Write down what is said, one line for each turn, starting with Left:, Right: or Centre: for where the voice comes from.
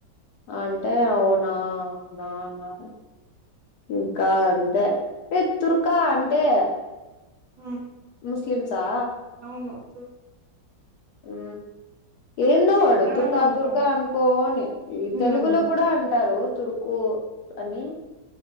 Left: అంటే అవునా అవునా అన్నారు ఇంకా అదే ఏ తుర్కా అంటే
Right: ఉ
Left: ముస్లిమ్సా
Right: అవును తుర్
Left: ఊ ఏందో వాడు
Right: కన్నడలో
Left: తుర్కా
Right: ఉంటాం
Left: తుర్కా అనుకోని ఈ తెలుగులో
Right: ఎవరు
Left: కూడా అంటారు తురుకు అని